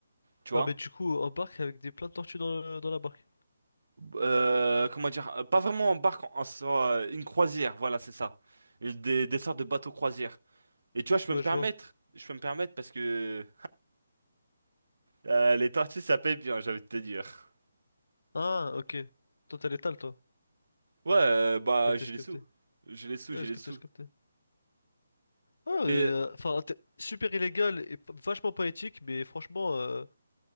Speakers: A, on the right; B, on the left.
A: Tu
B: Ah,
A: vois?
B: mais du coup, en barque avec des plein de tortues dans, le- dans la barque.
A: Euh, comment dire? euh, Pas vraiment en barque, en, en- euh, une croisière. Voilà, c'est ça. Des, des sortes de bateaux croisières. Et tu vois, je peux
B: Ouais,
A: me permettre.
B: je vois.
A: Je peux me permettre parce que euh, les tortillas, ça paye bien, j'avais envie de te dire.
B: Ah, ok. Toi, t'as l'étale, toi.
A: Ouais, euh, bah,
B: J'ai capté,
A: j'ai
B: j'ai
A: les
B: capté.
A: sous. J'ai les sous,
B: Ouais,
A: j'ai
B: j'ai
A: les
B: capté,
A: sous.
B: j'ai capté. Ah,
A: Mais,
B: euh, enfin, t'es- super illégal et p- vachement pas éthique, mais franchement, euh,